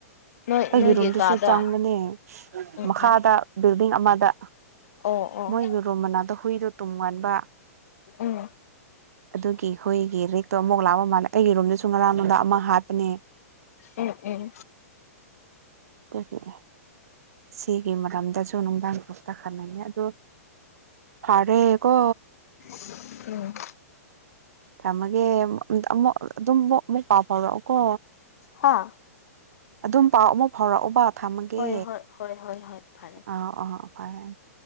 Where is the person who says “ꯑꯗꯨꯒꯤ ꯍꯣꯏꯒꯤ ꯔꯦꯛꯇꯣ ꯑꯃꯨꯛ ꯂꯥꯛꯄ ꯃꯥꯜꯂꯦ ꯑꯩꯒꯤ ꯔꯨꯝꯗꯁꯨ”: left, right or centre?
Right